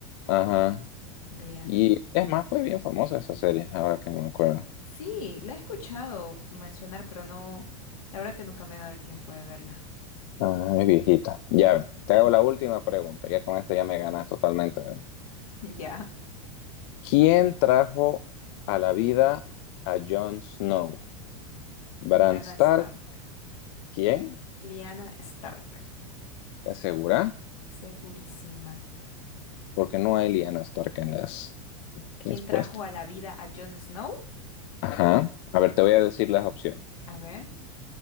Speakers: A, on the left; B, on the left.
A: Ajá.
B: bien.
A: Y es más, fue bien famosa esa serie, ahora que me acuerdo.
B: Sí, la he escuchado mencionar, pero no, la verdad que nunca me he dado el tiempo de verla.
A: Ah, es viejita. Ya,
B: Ujú. <laughs>
A: te hago la última pregunta, ya con esta ya me ganas totalmente.
B: Ya,
A: ¿Quién trajo a la vida a Jon Snow? ¿Bran
B: Liana
A: Stark?
B: Stark.
A: ¿Quién?
B: Liana Stark,
A: ¿Te asegura?
B: segurísima.
A: Porque no hay Lyanna Stark en las respuestas.
B: ¿Quién trajo a la vida a Jon Snow?
A: Ajá. A ver, te voy a decir las opciones.
B: A ver.